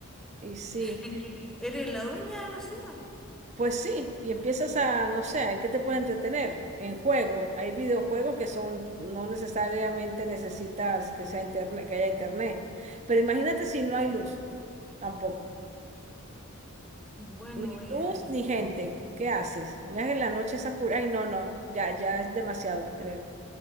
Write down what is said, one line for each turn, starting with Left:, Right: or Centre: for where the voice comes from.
Right: Y sí,
Centre: en que eres la dueña de la ciudad.
Right: pues sí, y empiezas a, no sé, ¿en qué te puedes entretener? En juegos. Hay videojuegos que son, no necesariamente necesitas que sea internet, que haya internet. Pero imagínate si no hay luz, tampoco.
Centre: Bueno,
Right: Ni
Centre: voy
Right: luz
Centre: a...
Right: ni gente.
Centre: mm,
Right: ¿Qué haces? Miras en la noche esa oscura. Ay, no, no. Ya, ya es demasiado, creo.